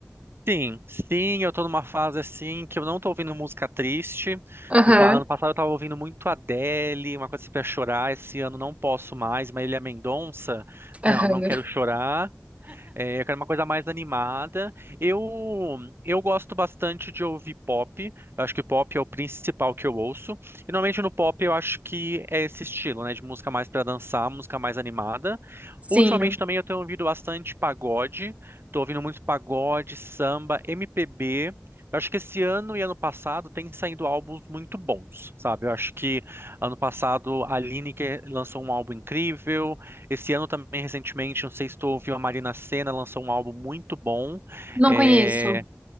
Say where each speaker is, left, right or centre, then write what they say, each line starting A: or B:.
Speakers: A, on the right (about 55°); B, on the right (about 30°).
A: Sim, sim, eu tô numa fase assim que eu não tô ouvindo música triste.
B: <laughs> Aham,
A: No pa- ano passado eu tava ouvindo muito Adele, uma coisa assim pra chorar. Esse ano não posso mais, Marília Mendonça.
B: aham.
A: Não, não quero chorar. É, eu quero uma coisa mais animada. Eu eu gosto bastante de ouvir pop. Eu acho que pop é o principal que eu ouço. E normalmente no pop eu acho que é esse estilo, né, de música mais para dançar, música mais animada.
B: Sim,
A: Ultimamente também eu tenho ouvido bastante pagode. Tô ouvindo muito pagode, samba, MPB. Eu acho que esse ano e ano passado tem saído álbuns muito bons, sabe? Eu acho que ano passado a Lineker lançou um álbum incrível. Esse ano também, recentemente, não sei se tu ouviu, a Marina Sena lançou um álbum muito bom.
B: não
A: É,
B: conheço.